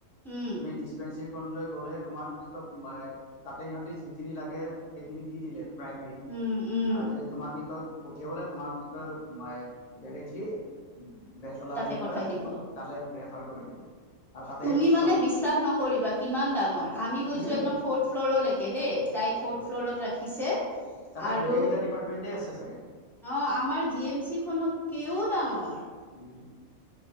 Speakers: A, in the centre; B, on the left.
A: উম
B: তুমি ডিচপেঞ্চৰী খনৈ গ'লে, তোমাক কি কয়, তাতে সিহঁতি যিখিনি লাগে সেইখিনি দি দিলে প্ৰাইমেৰী
A: উম উম
B: আৰু য তোমাক কি কয় পঠিয়াবলে তোমাক কি কয় ম ডাইৰেক্টলি। বেলতলালৈ
A: তাতে
B: কি
A: পঠাই
B: কয়
A: দিব
B: তালৈ ৰেফাৰ কৰি দিব। আৰু তাতে
A: তুমি মানে
B: চব
A: বিশ্বাস নকৰিবা কিমান ডাঙৰ। আমি গৈছো
B: উম
A: একদম ফৰ্থ ফ্ল'ৰলৈকে দেই, তাইক ফৰ্থ
B: উম
A: ফ্ল'ৰত ৰাখিছে।
B: তাতে
A: আৰু
B: গোটেইকেইটা
A: ত
B: ডিপাৰ্টমেণ্টে আছে চাগে।
A: অ আমাৰ জি এম চি খনত কেও ডাঙৰ।
B: উম